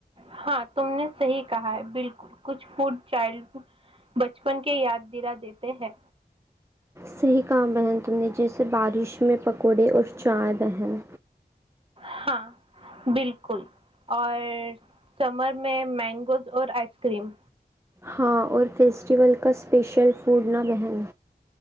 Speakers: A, on the right; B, on the right.
A: ہاں تم نے صحیح کہا ہے بالکل کچھ فوڈ چائلڈ ہوڈ بچپن کے یاد دلا دیتے ہیں
B: صحیح کام بہن تم نے جیسے بارش میں پکوڑے اور چائے بہن
A: ہاں بالکل اور سمر میں مینگوز اور آئس کریم
B: ہاں اور فیسٹیول کا اسپیشل فوڈ نہ بہن